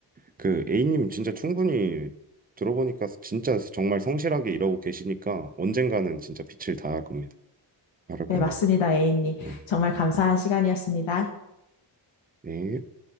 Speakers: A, on the right; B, on the left.
A: 그, A님 진짜 충분히 들어보니까 진짜 정말 성실하게 일하고 계시니까 언젠가는 진짜 빛을 다할 겁니다. 바랄
B: 네,
A: 겁니다.
B: 맞습니다, A님.
A: 네.
B: 정말 감사한 시간이었습니다.
A: 네.